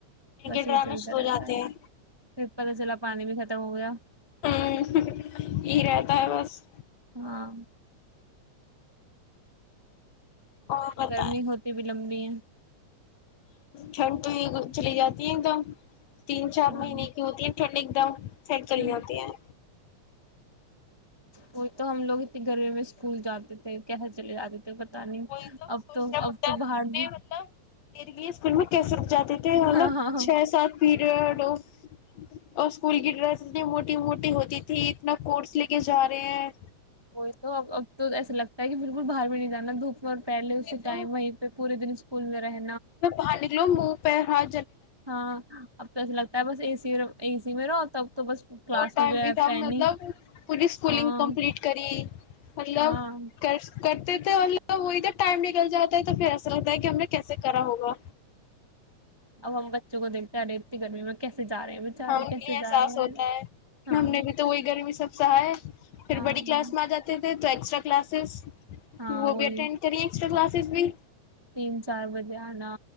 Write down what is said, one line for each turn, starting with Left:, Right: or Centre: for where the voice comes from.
Left: ان
Right: بس
Left: کے
Right: یہی
Left: ڈرامے
Right: چلتا
Left: شروع ہو
Right: رہتا
Left: جاتے
Right: ہے
Left: ہیں
Right: پھر پتا چلا پانی بھی ختم ہو گیا
Left: ہمم یہی رہتا ہے بس
Right: ہاں
Left: وہ بت
Right: گرمی ہوتی بھی لمبی ہے
Left: چھنٹو ہی چلی جاتی ہیں ایک دم تین چار
Right: ہاں
Left: مہینے کی ہوتی ہیں ھنڈ ایک دم سیک چلی
Right: ہوں
Left: ہوتی ہیں
Right: وہ تو ہم لوگ اتنی گرمی میں اسکول جاتے تھے کیسے چلے جاتے تھے پتا نہیں
Left: وہی تو
Right: اب
Left: سوچنا
Right: اب
Left: پڑتا
Right: تو
Left: اتنے
Right: باہر بھی
Left: مطلب میرے لیے اسکول میں کیسے رک جاتے تھے مطلب
Right: ہاں ہاں ہاں
Left: چھ سات پیریڈ اور اسکول کی ڈریس اتنی موٹی موٹی ہوتی تھی اتنا کورس لے کے جا رہے ہیں
Right: وہی تو اب تو ایسا لگتا ہے کہ بالکل باہر بھی نہیں جانا دھوپ اور پہلے اسی
Left: تو
Right: ٹائم وہیں پہ پورے دن اسکول میں رہ
Left: باہر نکلو منہ پہ ہاں
Right: ہاں اب تو ایسا لگتا ہے بس اے سی اے سی میں رہو تب تو بس کلاس
Left: وہ ٹائم
Right: میں جو ہے
Left: بھی ٹائم
Right: فین
Left: مطلب
Right: ہی
Left: پوری اسکولنگ
Right: ہاں
Left: کمپلیٹ کری مطلب
Right: ہاں
Left: کر کرتے تھے وہ ادھر ٹائم نکل جاتا ہے تو پھر ایسا لگتا ہے کہ ہم نے کیسے کرا ہوگا
Right: اب ہم بچوں کو دیکھتے ہیں ارے گرمی میں جا رہے ہیں بچارے
Left: ہاں ان
Right: کیسے
Left: کے لیے احساس
Right: جا رہے
Left: ہوتا
Right: ہیں
Left: ہے لیکن
Right: ہاں
Left: ہم نے بھی تو وہی گرمی سب سہائے پھر
Right: ہاں
Left: بڑی کلاس میں آ جاتے ہیں تو ایکسٹرا کلاسز
Right: ہاں
Left: وہ
Right: وہی
Left: بھی اٹینڈ کری ایکسٹرا کلاس صفی
Right: تین چار بجے آنا